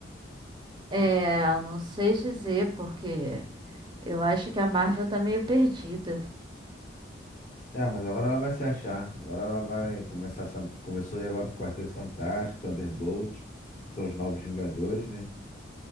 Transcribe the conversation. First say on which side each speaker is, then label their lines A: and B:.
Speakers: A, on the right; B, on the left.
A: É, eu não sei dizer, porque. Eu acho que a Marvel tá meio perdida.
B: É, mas agora ela vai se achar. Agora ela vai começar essa... Começou aí agora com o Quarteto Fantástico, Thunderbolt, que são os novos Vingadores, né?